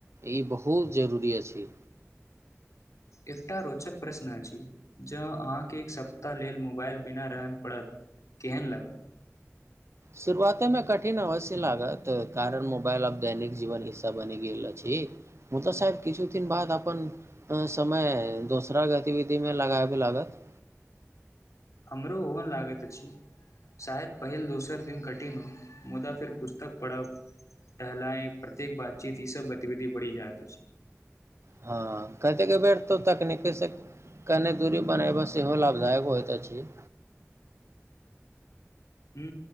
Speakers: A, on the right; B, on the left.
A: ई बहुत जरूरी अछि
B: एकटा रोचक प्रश्न अछि जँ अहाँके एक सप्ताह लेल मोबाइल बिना रहय पड़त केहन लागत
A: शुरुआतेमे कठिन अवश्य लागत कारण मोबाइल आब दैनिक जीवन हिस्सा बनि गेल अछि मु तऽ साहेब किछु दिन बाद अपन समय दोसरा गतिविधिमे लगाबबय लागत
B: हमरो ओहन लागैत अछि शायद पहिल दोसर दिन कठिन हो मुदा फेर पुस्तक पढ़ब टहलाय प्रत्येक बातचीत ई सब गतिविधि बढ़ि जाइत अछि
A: हँ कतेक बेर तऽ तकनीकीसँ कनि दूरी बनयब सेहो लाभदायक होइत अछि
B: ह